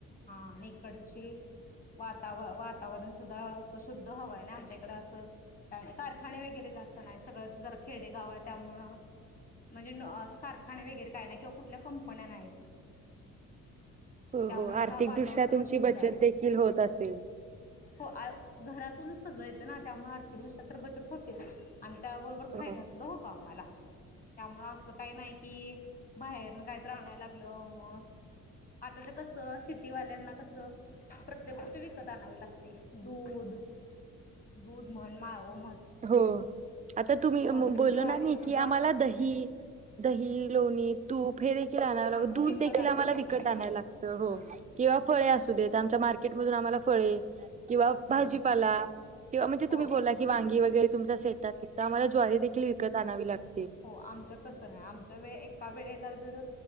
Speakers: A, on the left (about 30°); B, on the right (about 25°).
A: हा आणि इकडचे वातावरण सुद्धा शुद्ध हवा आहे नाही आमच्याकडे अस कारखाने वगैरे जास्त नाहीत सगळं जरा खेडे गाव आहे त्यामुळे म्हणजे कारखाने वगैरे काय नाही किंवा कुठल्या कंपन्या नाहीत.
B: <unintelligible>
A: त्यामुळे असं वातावरण सगळं
B: तुमची
A: शुद्ध
B: बचत
A: आहे
B: देखील होत असेल
A: हो घरातून सगळं येतं ना त्यामुळे आर्थिक दृष्ट्या तर बचत होते. आणि त्याबरोबर
B: हो
A: फायदा सुुद्धा होतो आम्हाला त्यामुळे असं काही नाही की बाहेर काय तरी आणायला लागलं मग आता तर कसं सिटी सीटीवाल्यांना कस प्रत्येक गोष्ट विकत आणावी लागते दूध दूध म्हण माळवं
B: हो आता तुम्ही
A: गहू
B: बोलल
A: ज्वारी
B: ना मी
A: सुद्धा
B: की आम्हाला दही दही लोणी तूप हेदेखील
A: हा सगळं
B: दूध
A: विकत
B: देखील
A: आणायला
B: आम्हाला
A: लागतं
B: विकत आणावं लागत
A: हा
B: किंवा फळे असूदेत आमच्या मार्केट मधून आम्हाला फळे किंवा
A: हा
B: भाजीपाला किंवा म्हणजे
A: होय
B: तुम्ही बोला की वांगी वगैरे वगैरे तुमच्या शेतात पिकतं आम्हाला ज्वारी देखील विकत आणावी लागते.
A: हो आमच तसं नाही आमच्या वेळी एका वेळेला जर